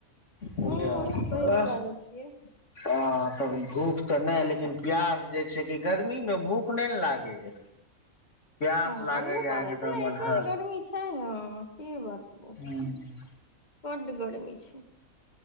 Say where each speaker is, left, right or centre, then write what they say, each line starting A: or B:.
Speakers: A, on the left; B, on the left.
A: बुझलियै
B: हूँ
A: आ
B: सही बाजै छियै
A: आ तऽ भूख तऽ नय लेकिन प्यास जे छै कि गर्मी मे भूख नय ने लागैया प्यास
B: हँ
A: लागैया
B: ओ बात
A: एकदम
B: एतना एते
A: अन्हद
B: ने गर्मी छै न की बतबू
A: हुँ
B: बड्ड गर्मी छै